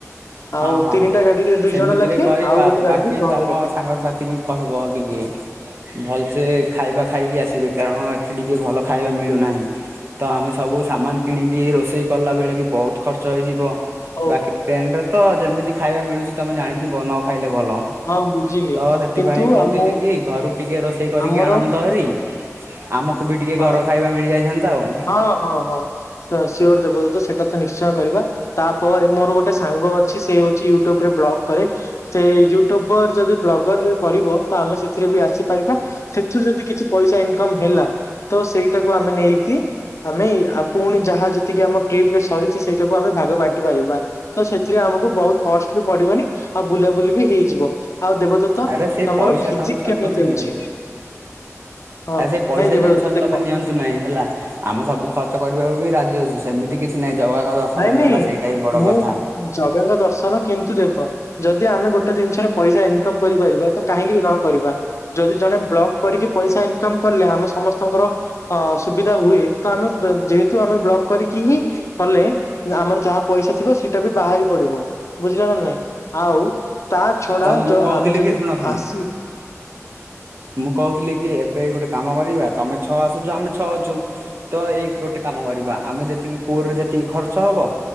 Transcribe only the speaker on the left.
ଆଉ
ତିନିଟା
ଗାଡିରେ ଦୁଇ
ଜଣ ଲାଖେ
ଆଉ ଗୋଟେ ଗାଡିରେ
ଜଣେ
ଲେଖେ।
ହଉ।
ହଁ ବୁଝିଲି
କିନ୍ତୁ
ଆମ
ଆମର
ହଁ
ହଁ ହଁ ହଁ। ସାର ସିଏ ଗୋଟେ ଦେବଦୁତ ସେଟା ତ ନିଶ୍ଚୟ କରିବା। ତାପରେ ମୋର ଗୋଟେ ସାଙ୍ଗ ଅଛି ସେ ହେଉଛି ୟୁଟୁବରେ ବ୍ଲଗ କରେ। ସେ ୟୁଟ୍ୟୁବର ଯଦି ବ୍ଲଗରରେ କରିବ। ତ ଆମେ ସେଥିରେ ବି ଆସିପାରିବା ସେଥିରୁ ଯଦି କିଛି ପଇସା ଇନକମ୍ ହେଲା। ତ ସେଇଟାକୁ ଆମେ ନେଇକି ଆମେ ପୁଣି ଯାହା ଯେତିକି ଆମ ଟ୍ରିପ ରେ ସରି ଛି ସେଇଟାକୁ ଆମେ ଭାଗ ବାଣ୍ଟି ପାରିବା। ତ ସେଥିରେ ଆମକୁ ବହୁତ କଷ୍ଟ ବି ପଡିବନି ଆଉ ବୁଲାବୁଲି ବି ହେଇଯିବ। ଆଉ ଦେବଦୂତ
ତମର
ଫିଜିକ୍
କେମିତି
ଅଛି। ହଁ
ନାଇଁ ଦେବଦୂତ
ଦେ
ନାଇଁ
ନାଇଁ
ମୁଁ
ଜଗାଙ୍କ ଦର୍ଶନ କିନ୍ତୁ ଦେଖ ଯଦି ଆମେ ଗୋଟେ ଜିନିଷରେ ପଇସା ଇନକମ୍ କରିପାରିବା ତ କାହିଁକି ର କରିବା ଯଦି ଜଣେ ବ୍ଲଗ୍ କରିକି ପଇସା ଇନକମ କଲେ ଆମ ସମସ୍ତଙ୍କର ଅ ସୁବିଧା ହୁଏ ତ ଆମେ ବ ଯେହେତୁ ଆମେ ବ୍ଲକ୍ କରିକି ହିଁ କଲେ ଆମର ଯାହା ପଇସା ଥିବ ସିଟା ବି ବାହାରି ପଡିବ ବୁଝିଲ ନା ନାଇଁ? ଆଉ ତା ଛଡା
ଯ
ଆମେ ଯଦି
ଆସି